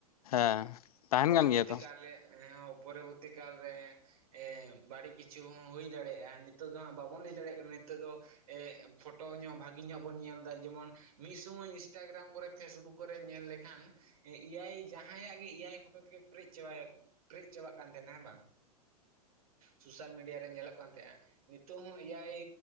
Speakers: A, on the left; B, on the right.
A: ᱦᱮᱸ ᱛᱟᱦᱮᱱ
B: ᱯᱚᱨᱚᱵᱚᱨᱛᱤ
A: ᱠᱟᱱ ᱜᱮᱭᱟ ᱛᱚ
B: ᱠᱟᱞᱨᱮ ᱦᱮᱸ ᱦᱚᱸ ᱯᱚᱨᱚᱵᱚᱨᱛᱤ ᱠᱟᱞ ᱨᱮ ᱮᱸ, ᱵᱟᱹᱲᱤᱡ ᱠᱤᱪᱷᱩ ᱦᱚᱸ ᱦᱩᱭ ᱫᱟᱲᱮᱭᱟᱜ-ᱟ ᱱᱤᱛᱳᱜ ᱫᱚ ᱦᱟᱸᱜ ᱵᱟᱵᱚᱱ ᱞᱮᱭ ᱫᱟᱲᱮᱭᱟᱜ ᱠᱟᱱᱟ ᱱᱤᱛᱳᱜ ᱫᱚ᱾ ᱮᱸ, ᱯᱷᱚᱴᱳ ᱧᱚᱜ ᱵᱷᱟᱹᱜᱤ ᱧᱚᱜ ᱵᱚᱱ ᱧᱮᱞᱫᱟ ᱡᱮᱢᱚᱱ ᱢᱤᱫ ᱥᱳᱢᱳᱭ ᱤᱱᱥᱴᱟᱜᱨᱟᱢ ᱠᱚᱨᱮ ᱯᱷᱮᱥᱵᱩᱠ ᱠᱚᱨᱮ ᱧᱮᱞ ᱞᱮᱠᱷᱟᱱ ᱮᱭᱟᱭ ᱡᱟᱦᱟᱸᱭᱟᱜ ᱜᱮ ᱮᱭᱟᱭ ᱯᱷᱚᱴᱚ ᱛᱮᱜᱮ ᱯᱮᱨᱮᱡ ᱪᱟᱵᱟᱭᱟ᱾ ᱯᱮᱨᱮᱡ ᱪᱟᱵᱟᱜ ᱠᱟᱱ ᱛᱟᱸᱦᱮᱱᱟ ᱦᱮᱸ ᱵᱟᱝ᱾ ᱥᱳᱥᱟᱞ ᱢᱤᱰᱤᱭᱟ ᱨᱮ ᱧᱮᱞᱚᱜ ᱠᱟᱱ ᱛᱟᱦᱮᱸᱜ-ᱟ ᱱᱤᱛᱳᱝ ᱮᱭᱟᱭ